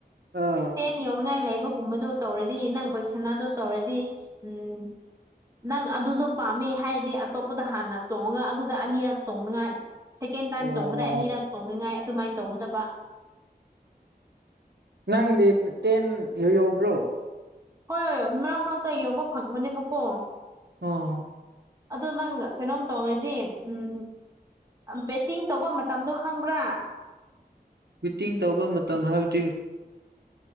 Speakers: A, on the right; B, on the right.
A: ꯑꯥ
B: ꯇꯦꯟ ꯌꯧꯅꯤꯡꯉꯥꯏ ꯂꯩꯕ ꯒꯨꯝꯕꯗꯣ ꯇꯧꯔꯗꯤ ꯅꯪ ꯄꯩꯁꯅꯥꯗꯣ ꯇꯧꯔꯗꯤ ꯎꯝ ꯅꯪ ꯑꯗꯨꯗꯣ ꯄꯥꯝꯃꯦ ꯍꯥꯏꯔꯗꯤ ꯑꯇꯣꯞꯄꯗ ꯍꯥꯟꯅ ꯆꯣꯡꯉꯒ ꯑꯗꯨꯗ ꯑꯅꯤꯔꯛ ꯆꯣꯡꯅꯉꯥꯏ ꯁꯦꯀꯦꯟ ꯇꯥꯏꯝ
A: ꯑꯣ
B: ꯆꯣꯡꯕꯗ ꯑꯅꯤꯔꯛ ꯆꯣꯡꯅꯤꯡꯉꯥꯏ ꯑꯗꯨꯃꯥꯏꯅ ꯇꯧꯒꯗꯕ
A: ꯅꯪꯗꯤ ꯇꯦꯟ ꯌꯣ- ꯌꯧꯕ꯭ꯔꯣ
B: ꯍꯣꯏ ꯃꯔꯛ-ꯃꯔꯛꯇ ꯌꯧꯕ ꯐꯪꯕꯅꯦꯕꯀꯣ
A: ꯑꯣ
B: ꯑꯗꯣ ꯅꯪ ꯀꯩꯅꯣꯝ ꯇꯧꯔꯤꯗꯤ ꯎꯝ ꯕꯦꯠꯇꯤꯡ ꯇꯧꯕ ꯃꯇꯝꯗꯣ ꯈꯪꯕ꯭ꯔꯥ
A: ꯃꯤꯇꯤꯡ ꯇꯧꯕ ꯃꯇꯝ ꯍꯥꯏꯕꯗꯤ